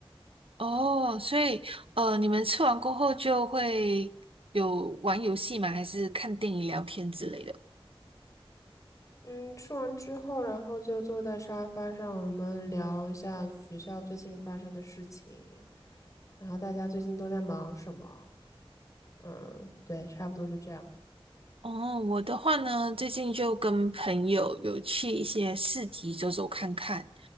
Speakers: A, on the right (about 70°); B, on the left (about 35°).
A: 哦，所以呃，你们吃完过后就会有玩游戏吗？还是看电影、聊天之类的？
B: 嗯，吃完之后，然后就坐在沙发上，我们聊一下学校最近发生的事情，然后大家最近都在忙什么？嗯，对，差不多就这样。
A: 哦，我的话呢，最近就跟朋友有去一些市集走走看看，